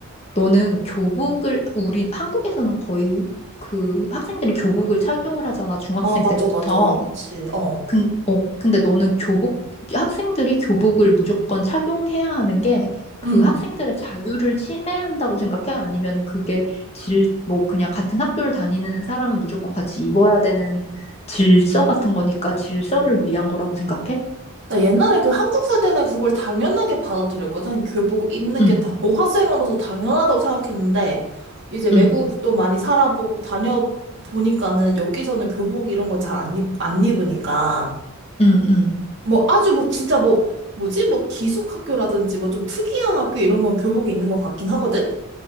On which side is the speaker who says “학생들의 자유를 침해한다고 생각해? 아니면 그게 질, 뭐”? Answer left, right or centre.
Left